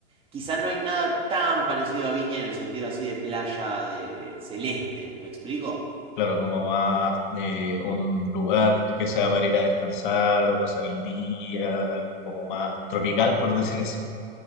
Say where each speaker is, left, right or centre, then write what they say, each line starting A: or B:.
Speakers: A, on the right (about 15°); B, on the left (about 50°).
A: Quizás no hay nada tan parecido a Viña en el sentido así de playa, de, de celeste, ¿me explico?
B: claro, como más de un lugar que sea para ir a descansar o pasar el día, algo como más tropical, por decir así.